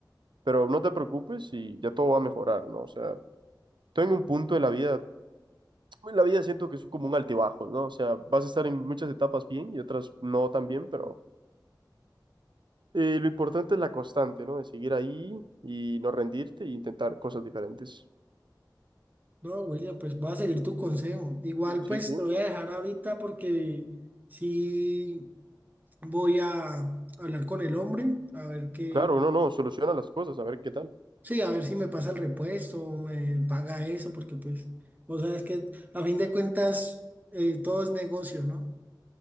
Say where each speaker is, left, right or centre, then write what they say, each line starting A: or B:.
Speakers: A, on the right (about 85°); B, on the right (about 20°).
A: Pero no te preocupes y ya todo va a mejorar, ¿no? O sea, tú en un punto de la vida, en la vida siento que es como un altibajo, ¿no? O sea, vas a estar en muchas etapas bien y otras no tan bien, pero eh, lo importante es la constante, ¿no? De seguir ahí y no rendirte e intentar cosas diferentes.
B: No, William, pues voy a seguir tu consejo. Igual pues
A: Sí, sí.
B: te voy a dejar ahorita porque sí voy a hablar con el hombre, a ver qué,
A: Claro, uno no, soluciona las cosas, a ver qué tal.
B: sí, a ver si me pasa el repuesto o me paga eso, porque pues, vos sabes que a fin de cuentas eh, todo es negocio, ¿no?